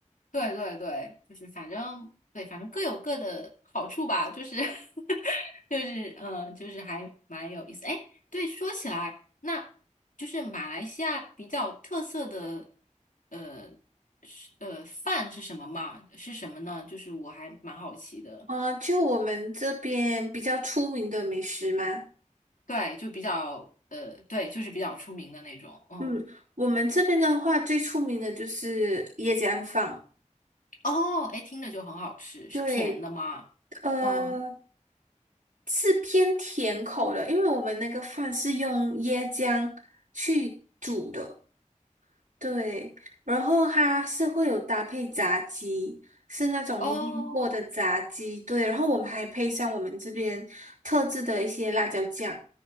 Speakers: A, on the left (about 80°); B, on the right (about 85°).
A: 对对对，就是反正对，反正各有各的好处吧，就是 <laughs> 就是嗯，就是还蛮有意思。哎，对，说起来，那就是马来西亚比较特色的呃是呃饭是什么嘛？是什么呢？就是我还蛮好奇的。
B: 呃，就我们这边比较出名的美食吗？
A: 对，就比较呃，对，就是比较出名的那种。嗯，
B: 嗯，我们这边的话，最出名的就是椰浆饭。
A: 哦，哎，听着就很好吃，
B: 对，
A: 是甜的吗？
B: 呃，
A: 嗯，
B: 是偏甜口的，因为我们那个饭是用椰浆去煮的。对，然后它是会有搭配炸鸡，是那种腌过的炸鸡，
A: 哦，
B: 对，然后我们还配上我们这边特制的一些辣椒酱，